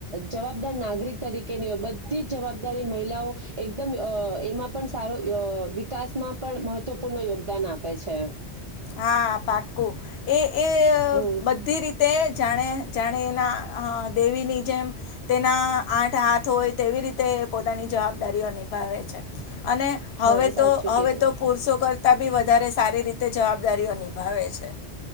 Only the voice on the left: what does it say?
હા પાકું એ એ
બધી રીતે જાણે જાણે એના દેવીની જેમ તેના આઠ હાથ હોય તેવી રીતે તે પોતાની જવાબદારીઓ નિભાવે છે અને હવે
તો હવે
તો પુરસો કર બી વધારે સારી રીતે જવાબદારીઓ નિભાવે છે